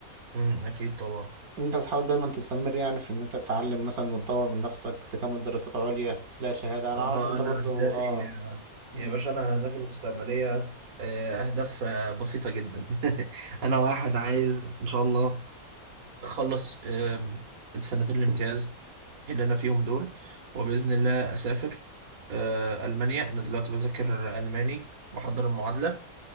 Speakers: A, on the right; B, on the right.
A: مم. اكيد طبعا
B: انت بتحاول دايما تستمر يعني في ان انت تتعلم مثلا وتطور من نفسك تكمل دراسات عليا تلاقي شهادة انا
A: اه
B: عارف ان انت
A: انا
B: برضو
A: اهدافي
B: اه مم.
A: يا باشا انا اهدافي المستقبليه آه، اهداف آه، بسيطه جدا <laughs>
B: مم.
A: انا واحد عايز ان شاء الله اخلص آم، السنتين الامتياز اللي انا فيهم دول وباذن الله اسافر آه، المانيا انا دلوقتي بذاكر الماني واحضر المعادله